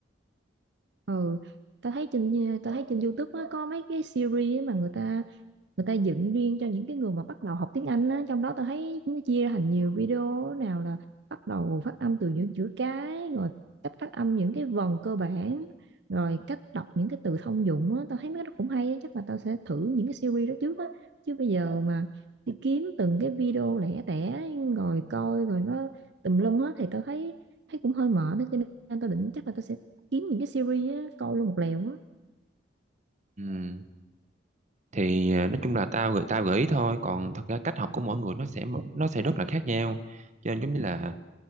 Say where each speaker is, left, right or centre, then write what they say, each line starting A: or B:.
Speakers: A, on the right (about 65°); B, on the right (about 40°).
A: ừ tao thấy trên tao thấy trên YouTube á, có mấy cái series á mà người ta người ta dựng riêng cho những cái người mà bắt đầu học tiếng Anh á trong đó tôi thấy nó chia ra thành nhiều video nào là bắt đầu phát âm từ những chữ cái rồi cách phát âm những cái vần cơ bản rồi cách đọc những cái từ thông dụng á tao thấy mấy cái đó cũng hay á chắc là tao sẽ thử những cái series đó trước á chứ bây giờ mà đi kiếm từng cái video lẻ tẻ rồi coi rồi nó tùm lum hết thì tao thấy thấy cũng hơi mệt đó cho nên tao định chắc là tao sẽ kiếm những cái series á coi luôn một lèo á
B: ừ. thì à, nói chung là tao gửi tao gửi ý thôi còn thật ra cách học của mỗi người nó sẽ nó sẽ rất là khác nhau cho nên giống như là